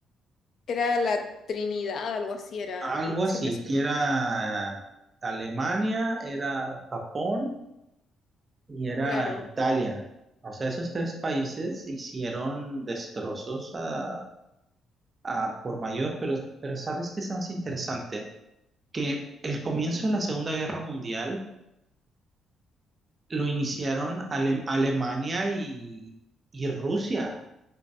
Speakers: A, on the left (about 65°); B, on the right (about 30°).
A: era la Trinidad, algo así era.
B: Algo
A: Siempre
B: así,
A: se
B: que
A: me olvida.
B: era Alemania, era Japón y era
A: Claro,
B: Italia. O sea, esos tres países hicieron destrozos a, a por mayor, pero, pero ¿sabes qué es más interesante? Que el comienzo de la Segunda Guerra Mundial lo iniciaron Ale- Alemania y, y Rusia.